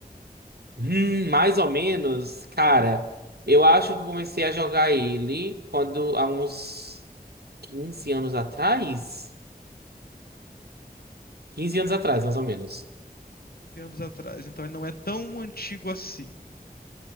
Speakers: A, on the right (about 80°); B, on the left (about 70°).
A: Hum, mais ou menos, cara,
B: É.
A: eu acho que eu comecei a jogar ele quando há uns 15 anos atrás. quinze anos atrás, mais ou menos.
B: anos atrás, então ele não é tão antigo assim.